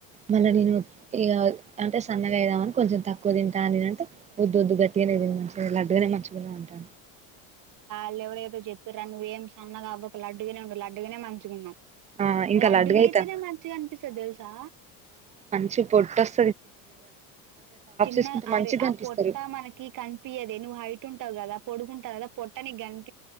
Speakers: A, on the right; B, on the right.
A: మళ్ళ నేను ఇగా అంటే సన్నగాయిదామని కొంచం తక్కువ తంటా నేన్ అంటే వద్దు వద్దు గట్టిగానే తిను మంచిగా లడ్డుగా తిను. మంచిగానే ఉంటా
B: వాళ్ ఎవరో ఏదో చెప్పతరాని నువ్వు ఏం సన్నగా అవ్వకు లడ్డుగానే ఉండు లడ్డుగనే మంచిగాన్నావ్.
A: ఆ ఇంకా
B: లడ్డుగయితేనే
A: లడ్డుగా అయితా
B: మంచిగా అనిపిస్తది తెలుసా.
A: చీ పొట్ట వస్త్
B: చిన్న
A: వేసుకుంటే
B: అరే
A: మంచిగా
B: ఆ
A: కనిపిస్తారు
B: పొట్ట మనకి కనిపయదే నువ్వు హైట్ ఉంటావు కదా. పొడుగుంటా కదా పొట్టనికి గంగ్